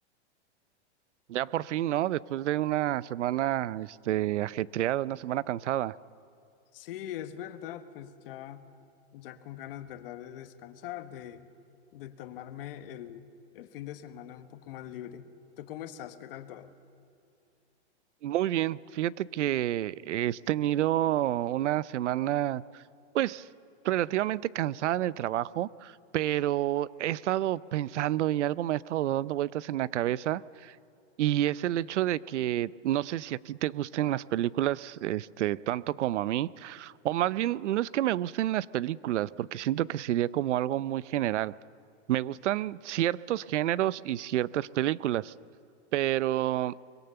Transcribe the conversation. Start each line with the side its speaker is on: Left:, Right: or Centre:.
Right: Ya por fin, ¿no? Después de una semana, este, ajetreada, una semana cansada.
Left: Sí, es verdad, pues ya, ya con ganas, ¿verdad? De descansar, de, de tomarme el, el fin de semana un poco más libre. ¿Tú cómo estás? ¿Qué tal todo?
Right: Muy bien. Fíjate que he tenido una semana, pues, relativamente cansada en el trabajo, pero he estado pensando y algo me ha estado dando vueltas en la cabeza Y es el hecho de que no sé si a ti te gusten las películas, este, tanto como a mí, o más bien, no es que me gusten las películas, porque siento que sería como algo muy general. Me gustan ciertos géneros y ciertas películas, pero